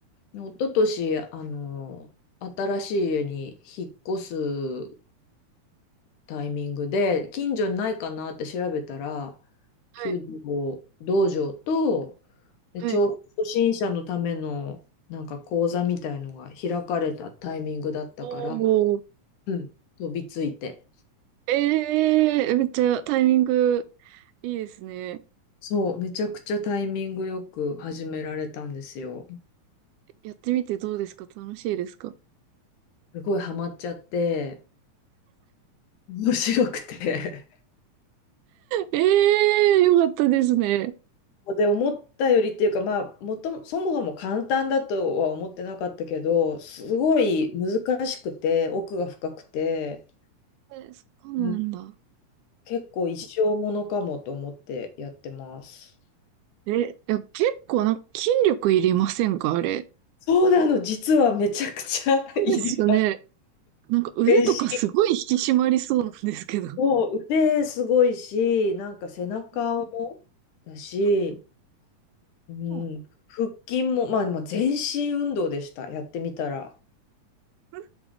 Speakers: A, on the left; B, on the right.
A: 一昨年、あの新しい家に引っ越すタイミングで、近所にないかなって調べたら、
B: はい。
A: 弓道道場と、で、
B: はい。
A: ちょうど初心者のためのなんか講座みたいのが開かれたタイミングだったから、
B: おー。
A: うん、飛びついて。
B: ええー、めっちゃタイミングいいですね。
A: そう、めちゃくちゃタイミングよく始められたんですよ。
B: やってみてどうですか楽しいですか
A: すごいハマっちゃって、面白くて。
B: ええー、よかったですね。
A: で思ったよりっていうかまあもとそもそも簡単だとは思ってなかったけどすごい難しくて奥が深くて、
B: え、そうなんだ。
A: うん結構一生ものかもと思ってやってます。
B: え、いや、結構なんか筋力いりませんかあれ。
A: そうなの実はめちゃくちゃ <laughs>
B: そうですよね。
A: いり
B: なんか腕とかすごい引き締まりそうなんですけど。
A: 全身もう腕すごいしなんか背中も
B: うん
A: だし、
B: あ、
A: うん、
B: もう、
A: 腹筋も、まあ、まあ全身運動でしたやってみたら。
B: これ